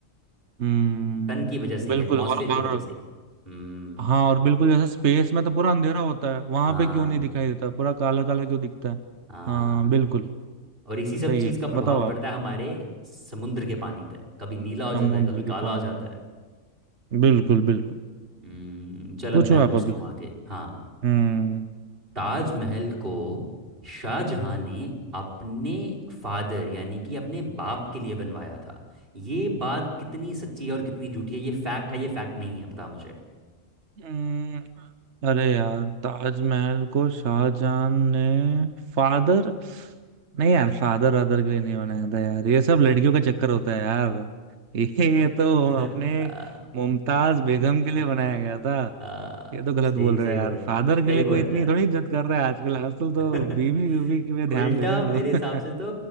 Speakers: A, on the right; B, on the right.
A: हम्म
B: सन की वजह से
A: बिल्कुल
B: ही एटमॉस्फेयर
A: और
B: की
A: और
B: वजह से ही हम्म
A: हाँ और बिल्कुल जैसे स्पेस में तो पूरा अंधेरा होता है वहां
B: हाँ
A: पे क्यों नहीं दिखाई देता पूरा काला काला क्यों दिखता है
B: हाँ
A: हाँ बिल्कुल
B: और इसी सब
A: सही
B: चीज़
A: है
B: का प्रभाव
A: बताओ आप
B: पड़ता है हमारे समुद्र के पानी पर कभी नीला हो जाता
A: समुद्र
B: है कभी
A: के
B: काला
A: पानी
B: हो जाता
A: में
B: है
A: बिल्कुल बिल्कुल
B: हम्म चल
A: पूछो
B: अब मैं
A: आप
B: पूछता
A: अभी
B: हूँ आगे हाँ
A: हम्म
B: ताजमहल को शाहजहां ने अपने फादर यानी कि अपने बाप के लिए बनवाया था ये बात कितनी सच्ची है और कितनी झूठी है ये फैक्ट है ये फैक्ट नहीं है बता मुझे
A: हम्म, अरे यार ताजमहल को शाहजहां ने फादर नहीं यार फादर अदर के लिए नहीं बनाया था यार ये सब लड़कियों का चक्कर होता है यार <laughs> ये तो अपने
B: <laughs>
A: मुमताज बेगम के लिए बनाया गया था
B: हाँ
A: ये तो गलत
B: सही
A: बोल
B: सही
A: रहे हैं यार
B: बोल
A: फादर
B: रहा है
A: के
B: सही
A: लिए
B: बोल
A: कोई इतनी
B: रहा
A: थोड़ी इज्जत कर रहा है आजकल आजकल तो
B: है <laughs>
A: बीवी बीवी के लिए ध्यान
B: उल्टा
A: दे रहे हैं
B: मेरे
A: लोग
B: हिसाब से तो